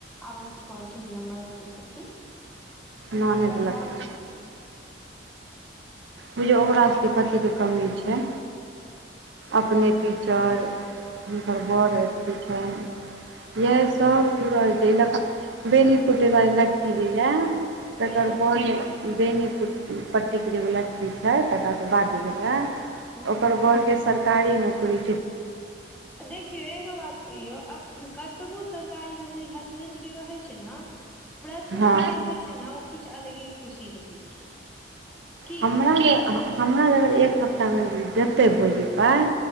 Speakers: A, in the centre; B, on the right.
A: आवन्ती कहलखिन ई हमर अथी छथिन
B: ननैद
A: हम कल
B: लगता
A: राइत मे देखने
B: बुझियौ ओकरा सबके कथीके कमी छै अपने टीचर हुनकर बड़ अथी छइन इएहसब जुड़ल छै बेनी कुटेवाली लड़की जे ये तकर
A: के
B: बर बेनीपट्टीके जे एगो लड़की छै तकरा बाद जे भेलै
A: हँ
B: ओकर बरके सरकारी नौकरी
A: देखियौ एगो बात कहियौ आब कतबो सरकारी नौकरी ह हसबेंड के रहै छै ने पर्सनल
B: हँ
A: जे होइ छै ने ओ किछ अलगे खुशी रहै छै की
B: हमरा जे हमरा जे अगर एक सप्ताहमे जेतै भौजी पाइ